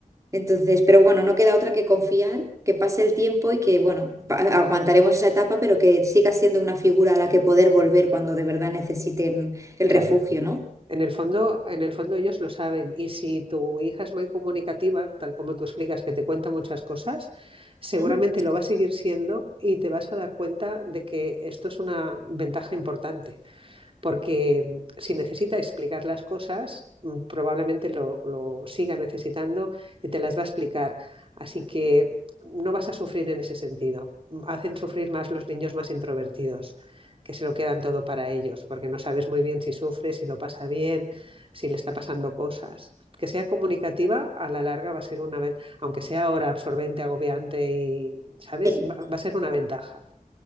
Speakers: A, on the right; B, on the right.
A: Entonces, pero bueno, no queda otra que confiar, que pase el tiempo y que, bueno, pa- aguantaremos esa etapa, pero que siga siendo una figura a la que poder volver cuando de verdad necesiten el
B: claro.
A: refugio, ¿no?
B: En el fondo, en el fondo ellos lo saben y si tu hija es muy comunicativa, tal como tú explicas, que te cuenta muchas cosas, seguramente
A: ¿Mm?
B: lo va a seguir siendo y te vas a dar cuenta de que esto es una ventaja importante porque mm, si necesita explicar las cosas, mm, probablemente lo, lo, siga necesitando y te las va a explicar. Así que no vas a sufrir en ese sentido. Mm, Hacen sufrir más los niños más introvertidos, que se lo quedan todo para ellos, porque no sabes muy bien si sufre, si lo pasa bien, si le está pasando cosas. Que sea comunicativa, a la larga va a ser una, ventaja, aunque sea ahora absorbente, agobiante y, ¿sabes?
A: Sí.
B: Va, va a ser una ventaja.